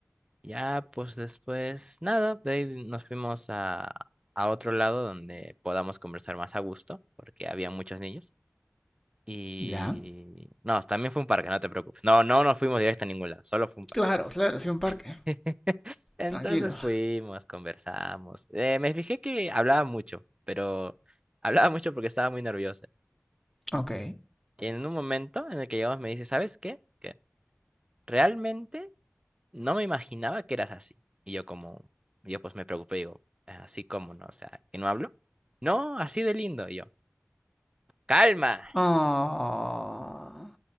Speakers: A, on the right; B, in the centre.
A: Ya, pues después, nada, de ahí nos fuimos a, a otro lado donde podamos conversar más a gusto, porque había muchos niños. Y...
B: ¿Ya?
A: No, también fue un parque, no te preocupes. No, no nos fuimos directo a ningún lado, solo fue un parque.
B: Claro, claro, sí, un parque.
A: <laughs> Entonces
B: Tranquilo.
A: fuimos, conversamos. Eh, me fijé que hablaba mucho, pero hablaba mucho porque estaba muy nerviosa.
B: Ok.
A: Y en un momento en el que llegamos me dice, ¿sabes qué? Que realmente no me imaginaba que eras así. Y yo como, yo pues me preocupé, digo, así como no, o sea, que no hablo. No, así de lindo. Y yo, calma,
B: Oh.